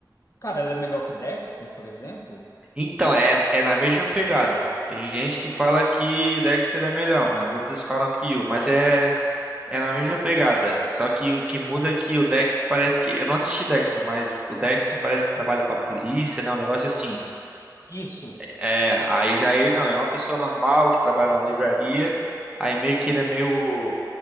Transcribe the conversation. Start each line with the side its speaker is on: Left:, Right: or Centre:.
Left: Cara, ela é melhor que Dexter, por exemplo?
Right: Então, é, é na mesma pegada. Tem gente
Left: Ah,
Right: que fala que Dexter é melhor, mas outras falam que Yu, mas é é na mesma pegada, só que o que muda é que o Dexter parece que, eu não assisti Dexter, mas o Dexter parece que trabalha pra polícia, né, um negócio assim.
Left: Isso.
Right: É, aí já ele não, é uma pessoa normal que trabalha numa livraria, aí meio que ele é meio